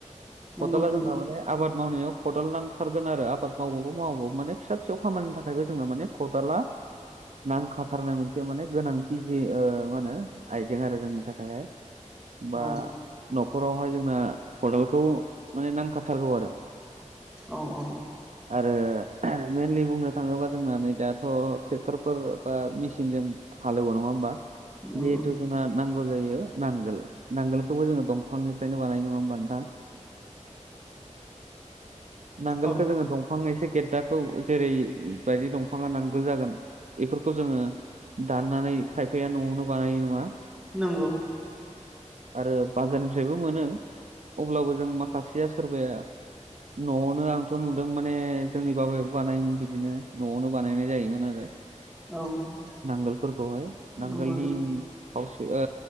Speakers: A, in the centre; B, on the right.
A: नंगौ
B: खदाला
A: नंगौ
B: जोंना माने आबाद मावनायाव खदाल नांथारगोन आरो आबाद मावबाबो मावाबाबो माने फिसा फिसौ खामानिनि थाखायबो जोङो माने खथाला नांखाथारनाय मोनसे माने गोनांथि जि मा होनो आइजें आरो जोंनि थाखायहाय। बा
A: औ
B: न'खरावहाय जोंना खदालखौ माने नांखाथारगौ आरो।
A: औ औ
B: आरो मइेनलि बुंनो थाङोबा जों नै दाथ' ट्रेक्टरफोर बा मेसिनजों हालेवो नङा होमबा?
A: नंगौ
B: जिहेथु जोंना नांगौ जायो नांगोल नांगोलखौबो जोङो दं फांनिफ्रायनो बानाय नङा होमबा नोंथां? नांगोलखो
A: औ
B: जोङो दंफां एसे गेद्दाखौ जेरैबायायदि दंफाङा नांगोल जागोन बेफोरखौ जोङो दाननानै खायफाया न'आवनो बानायनाय नङा
A: नंगौ
B: आरो बांगोन निफ्रायबो मोनो अब्लाबो जों माखासेया सोरबाया न'आवनो आंथ' नुदों माने जोंनि बाबायाबो बानायोमोन बिदिनो न'आवनो बानायनाय जायोमोन आरो।
A: औ
B: नांगोलफोरहाय
A: नंगौ
B: नांगोलनि
A: नंगौ
B: खावसे ओ